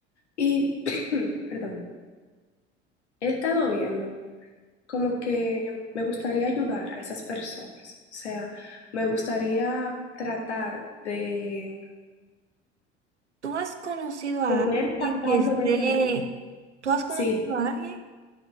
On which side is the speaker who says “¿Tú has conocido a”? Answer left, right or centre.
Right